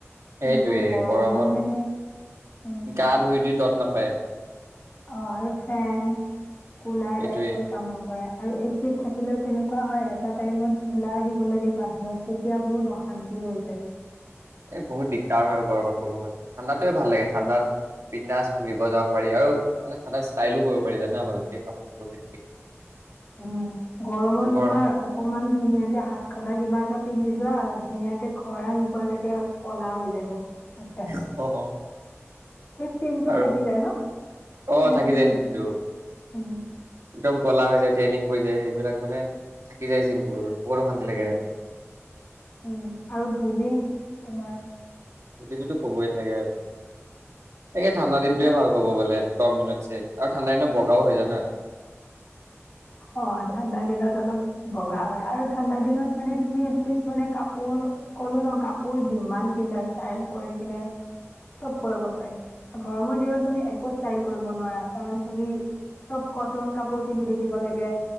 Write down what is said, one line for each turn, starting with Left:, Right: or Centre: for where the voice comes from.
Left: কিন্তু
Right: সেইটোৱে
Left: গৰমত
Right: গৰমত
Left: মানে উম
Right: গা ধুই ধুই তত নাপায়।
Left: অ আৰু ফেন কুলাৰ
Right: সেইটোয়ে
Left: একোৱে কাম নকৰে আৰু এ চিত থাকিলেও কেনে কোৱা হয় এটা টাইমত ওলাই আহিব লাগে বাহিৰত তেতিয়া বহুত অশান্তি হৈ যায়।
Right: এ বহুত দিগদাৰ হয় গৰমত ক'ব গলে ঠাণ্ডাতে ভাল লাগে ঠাণ্ডাত বিন্দাচ ঘূৰিব যাব পাৰি আৰু মানে ঠাণ্ডা ষ্টাইলো কৰিব পাৰি জানা ভালকে কাপোৰ চাপোৰ পিন্ধি কিনে।
Left: উম, গৰমত
Right: ঘৰ
Left: তোমাৰ অকমান ধুনীয়াকে হাত খটা কিবা এটা পিন্ধি যোৱা ধুনীয়াকে ঘৰ আহি পোৱালৈকে কলা হৈ যাব। হাতটা
Right: অ,
Left: সেই চিনটো
Right: আৰু
Left: থাকি যায় ন
Right: অ
Left: চিনে
Right: থাকি
Left: চিনে
Right: যায় চিনটো
Left: উম
Right: একদম কলা হৈ যায়। ট্ৰেইনিং পৰি যায় সেইবিলাক মানে থাকি যায় চিনবোৰ। বহুত অশান্তি লাগে।
Left: উম, উম আৰু ধূলি তোমাৰ
Right: সেইটোতো কবই নালাগে আৰু। তাকে ঠাণ্ডা দিনটোৱে ভাল কব গ'লে গৰম দিনতছে আৰু ঠাণ্ডা দিনত বগাও হৈ জানা।
Left: অ ঠাণ্ডা দিনত অলপ বগা হয় আৰু ঠাণ্ডা দিনত মানে তুমি এটলিষ্ট মানে কাপোৰ কলো ন কাপোৰ যিমান পিন্ধা ষ্টাইল কৰিকিনে চব কৰিব পাৰি। গৰমৰ দিনত তুমি একো ষ্টাইল কৰিব নোৱাৰা কাৰণ তুমি চব কটন কাপোৰ পিন্ধি থাকিব লাগে